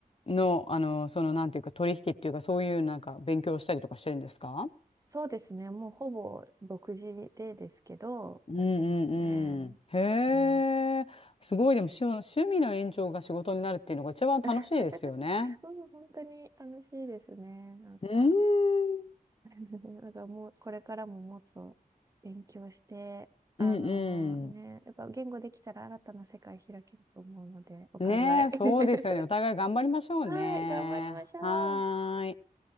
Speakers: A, on the left (about 40°); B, on the right (about 20°).
A: の、あの、その、なんていうか、取引っていうか、そういう、なんか、勉強したりとかしてるんですか
B: そうですね。もうほぼ独自でですけど、
A: うんうんうん。
B: やってますね。
A: へえ。
B: うん。
A: すごい、でも、趣趣味の延長が仕事になるっていうのが一番楽しいですよね。
B: <laughs> うん本当に楽しいですね。なんか。
A: うーん。
B: <laughs> だからもう、これからももっと勉強して、あのーね、
A: うん
B: やっぱ言語できたら新たな世界開けると思うので、お互い。
A: うん。ねえ、
B: <laughs>
A: そうですよね。お互い頑張りましょうね。
B: はい、頑張りましょう。
A: はーい。